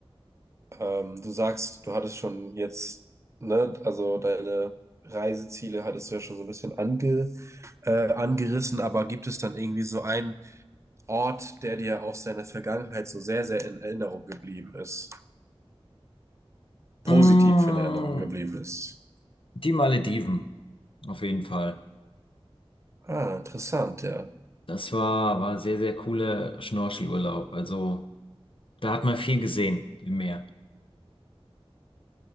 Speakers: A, on the right (about 30°); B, on the left (about 60°).
A: Ähm, du sagst, du hattest schon jetzt, ne, also deine Reiseziele hattest du ja schon so ein bisschen ange, äh, angerissen, aber gibt es dann irgendwie so einen Ort, der dir aus deiner Vergangenheit so sehr, sehr in Erinnerung geblieben ist? Positiv
B: Mm,
A: in Erinnerung geblieben ist?
B: Die Malediven, auf jeden Fall.
A: Ah, interessant, ja.
B: Das war, war sehr, sehr cooler Schnorchelurlaub. Also da hat man viel gesehen im Meer.